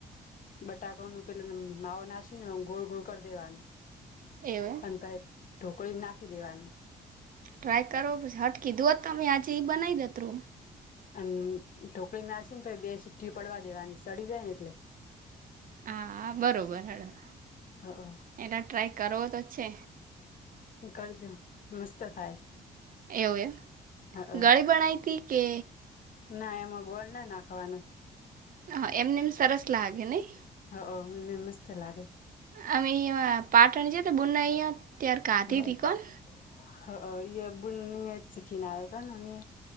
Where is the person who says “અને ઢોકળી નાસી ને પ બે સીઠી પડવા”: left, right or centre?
Left